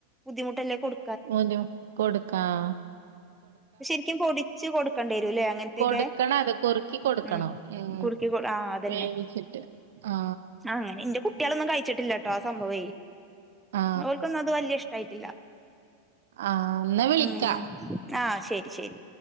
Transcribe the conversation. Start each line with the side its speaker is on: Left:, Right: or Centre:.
Centre: ബുദ്ധിമുട്ടല്ലേ കൊടു...
Right: <unintelligible> കൊടുക്കാം
Centre: ശരിക്കും പൊടിച്ച് കൊടുക്കേണ്ടി വരും ഇല്ലേ അങ്ങനത്തെക്കെ
Right: കൊടുക്കണ അത് കുറുക്കി കൊടുക്കണം
Centre: ഉം
Right: ഉം
Centre: കുറുക്കി ആഹ് അതന്നെ
Right: വേവിച്ചിട്ട് ആ
Centre: അങ്ങനെ എന്റെ കുട്ടികളൊന്നും കഴിച്ചിട്ടില്ലട്ടോ ആ സംഭവേ
Right: ആ
Centre: ഓല്ക്കൊന്നും അത് വല്ല്യ ഇഷ്ടായിട്ടില്ല
Right: ആ എന്നാ വിളിക്കാ
Centre: ഉം ഉം ആഹ് ശരി ശരി